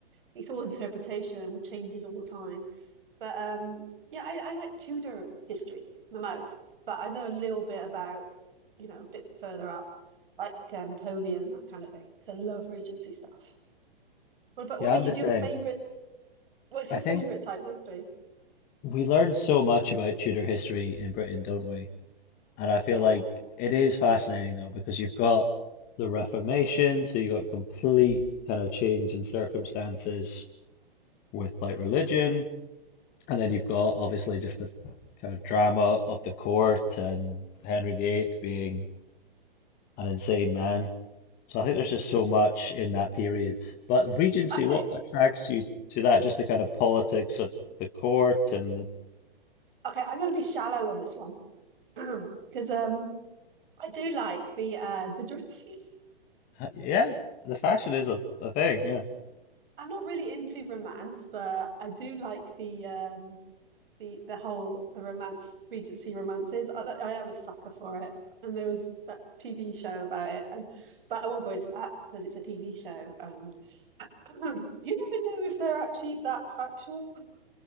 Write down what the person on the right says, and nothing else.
it's all interpretation and changes all the time. But um yeah, I, I like Tudor history the most. But I know a little bit about, you know, a bit further up, like uh, Napoleon and that kind of thing. Because I love Regency stuff. What about
what about
you?
Do
you have a favorite? What's
your
favorite type of history?
Yeah,
I think
okay. I'm going to be shallow on this one <clears throat> because um. I do like the uh the dresses.
<laughs>
I'm not really into romance, but I do like the um the the whole the romance Regency romances. I, I am a sucker for it, and there was that TV show about it, and but I won't go into that because it's a TV show, and <clears throat> you never know if they're actually that factual.